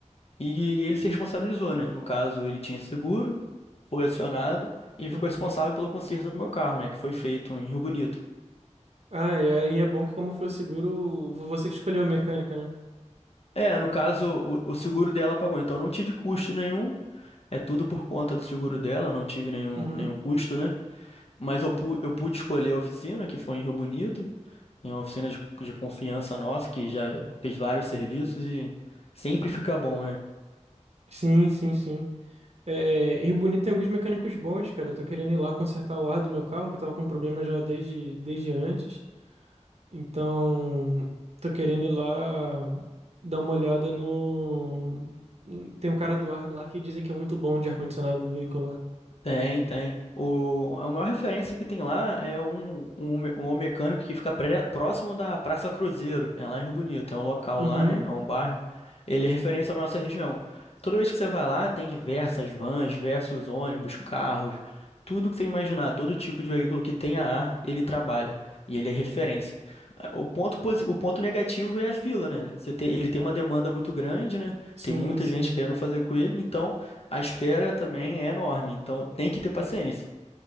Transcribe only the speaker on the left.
e ele se responsabilizou, né? No caso, ele tinha seguro, foi acionado e
ficou responsável pelo conserto do meu carro, né? Que foi feito em Rio Bonito.
É, no caso, o, o seguro dela pagou, então eu não tive custo nenhum. É tudo por conta do seguro dela, eu não tive nenhum,
nenhum custo, né? Mas eu, pu- eu pude escolher a oficina, que foi em Rio Bonito, em uma oficina de, de confiança nossa, que já fez vários serviços e sempre fica bom, né?
Tem, tem. O, a maior referência que tem lá é um, um, me- um mecânico que fica pré- próximo da Praça Cruzeiro, é lá em Rio Bonito, é um local
lá, né? É um bairro. Ele é referência na nossa região. Toda vez que você vai lá, tem diversas vans, diversos ônibus, carros, tudo que você imaginar, todo tipo de veículo que tenha ar, ele trabalha. E ele é referência. Ah, O ponto, posi- o ponto negativo é a fila, né? Você tem, ele tem uma demanda muito grande, né?
Tem muita
gente querendo fazer com ele, então. A espera também é enorme, então tem que ter paciência.